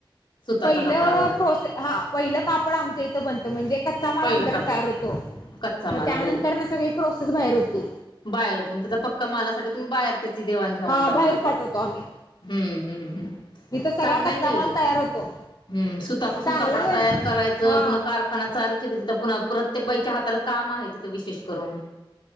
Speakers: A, on the left (about 65°); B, on the left (about 45°).
A: सुताचा
B: पहिलं
A: कपडा वगैरे
B: प्रोसेस हा पहिलं कापड आमचं इथं बनतं म्हणजे कच्चा माल
A: पहिलं
B: आमच्याकडे
A: कापड
B: तयार होतो.
A: कच्चा
B: मग
A: माल
B: त्यानंतर
A: हो
B: ना सगळी प्रोसेस बाहेर होती
A: बाहेर होतो म त्याचा पक्का मालासाठी तुम्ही बाहेर ते देवाणघेवाण
B: हा
A: चालू
B: बाहेर
A: राहते
B: पाठवतो
A: हम्म
B: आम्ही
A: हम्म हम्म.
B: इथं सगळा
A: चांगलंय
B: कच्चा
A: की
B: माल तयार होतो
A: हम्म सुतापासून
B: चांगलं
A: कपडा
B: म्हण
A: तयार करायचं
B: हा
A: पुन्हा कारखाना चाल. तिथं तिथं प्रत्येक बाईच्या हाताला काम आहे तिथे विशेष करून